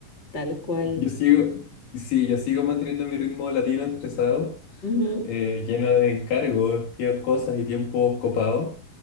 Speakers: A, on the left; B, on the left.
A: Tal cual.
B: Yo sigo, sí, yo sigo manteniendo mi ritmo latino estresado,
A: Ujú,
B: eh, lleno de encargos, tío, cosas y tiempos copados,